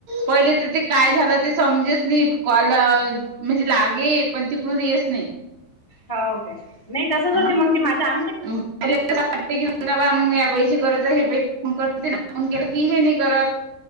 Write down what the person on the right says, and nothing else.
पहिलीत तर ते काय झालं ते समजेच नाहीत कॉल म्हणजे लागे पण तिकडून येच नाही.
हा
<unintelligible> वाटते की <unintelligible> मग या बाईची गरज आहे हे बाई फोन करते ना फोन केला की हे नाही करत <inaudible>